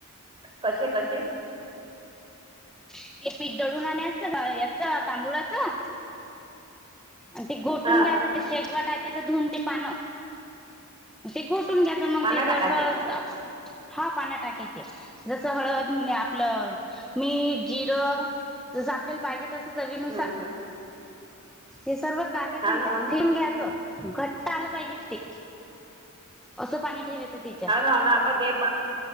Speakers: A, on the right; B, in the centre.
A: कशे कशे
B: हे पीठ दळून आणणयाचं याचा तांदुळाचं. आणि ते गोटुन
A: हा
B: घ्यायचं ते शेगवा टाकायच धुवून ते पानं ते गोटून घ्या <unintelligible>
A: पानं टाकायचे
B: असं टाक हा पान टाकायचे जसं हळद ने आपलं मीठ जिरं जसं आपल्याला पाहिजे तसं चवीनुसार
A: हम्म
B: ते सर्व टाकायचं
A: हा
B: आणि
A: ना
B: ते
A: हो ना
B: फिरून घ्यायचं. घट्ट आलं पाहिजे ते असं पाणी ठेवायचं ते.
A: हाव ना हाव ना आपण ते पा